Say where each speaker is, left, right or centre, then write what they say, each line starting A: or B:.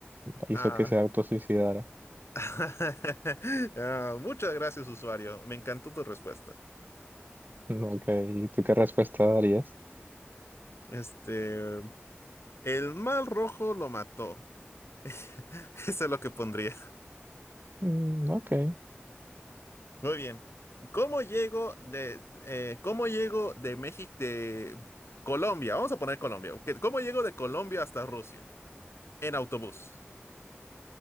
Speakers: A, on the right; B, on the left.
A: hizo
B: Ah,
A: que se autosuicidara. <laughs>
B: <laughs> ah, muchas gracias, usuario. Me encantó tu respuesta.
A: Mm, Ok, ¿y tú qué respuesta darías?
B: Este, el mal rojo lo mató. <laughs> Eso es lo que pondría.
A: Mm, ok,
B: Muy bien. ¿Cómo llego de, eh, cómo llego de México, de Colombia? Vamos a poner Colombia. ok, ¿Cómo llego de Colombia hasta Rusia? En autobús.